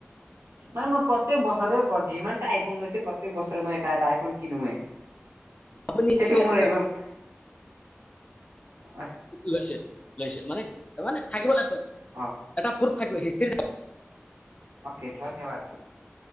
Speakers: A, on the right (about 75°); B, on the left (about 25°).
A: মানে মই প্ৰত্যেক বছৰৰে প মানে যিমানটা আই ফোনলৈছো প্ৰত্যেক বছৰে মই টা এটা আইফোন কিনোৱে,
B: আপুনি
A: সেইটো
B: ঠিকে আছে
A: মোৰ
B: দিয়ক
A: একদম আহ <unintelligible>
B: লৈছে লৈছে মানে মানে থাকিব লাগিব
A: অ
B: এটা প্ৰুভ থাকিব হিষ্ট্ৰি থাকিব
A: অ'কে ধন্যবাদ।